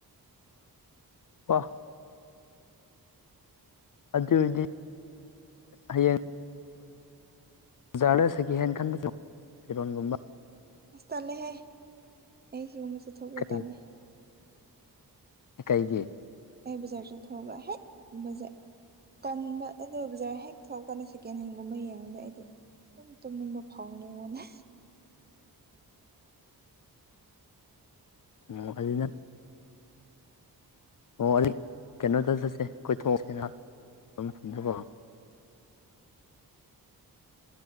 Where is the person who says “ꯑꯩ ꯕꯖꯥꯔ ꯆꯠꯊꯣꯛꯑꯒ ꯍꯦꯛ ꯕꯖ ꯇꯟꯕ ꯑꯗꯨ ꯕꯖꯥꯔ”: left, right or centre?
Right